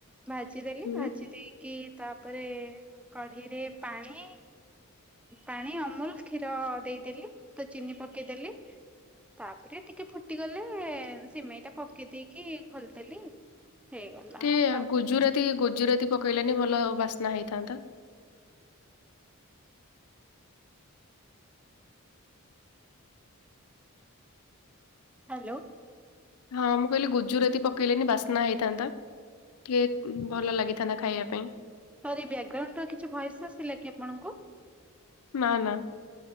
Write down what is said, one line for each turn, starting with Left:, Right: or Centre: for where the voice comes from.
Centre: ଭାଜିଦେଲି,
Left: ହୁଁ
Centre: ଭାଜି ଦେଇକି ତାପରେ କଢ଼େଇ ରେ ପାଣି ପାଣି, ଅମୁଲ୍, କ୍ଷୀର ଦେଇଦେଲି। ତ ଚିନି ପକେଇଦେଲି। ତାପରେ ଟିକେ ଫୁଟିଗଲେ, ସିମେଇଟା ପକେଇ ଦେଇକି ଖୋଲିଦେଲି। ହେଇଗଲା
Left: ଟିକେ
Centre: ତାପରେ
Left: ଗୁଜୁରାତି ଗୁଜୁରାତି ପକେଇଲୋନି ଭଲ ବାସ୍ନା ହେଇଥାନ୍ତା।
Centre: ହାଲୋ!
Left: ହଁ, ମୁଁ କହିଲି ଗୁଜୁରାତି ପକେଇଲେନି ବାସ୍ନା ହେଇଥାନ୍ତା। କେ ଭଲ ଲାଗିଥାନ୍ତା ଖାଇବା ପାଇଁ।
Centre: ସରି, ବ୍ୟାକଗ୍ରାଉଣ୍ଡର କିଛି ଭଏସ୍ ଆସିଲା କି ଆପଣଙ୍କୁ?
Left: ନାଁ ନାଁ।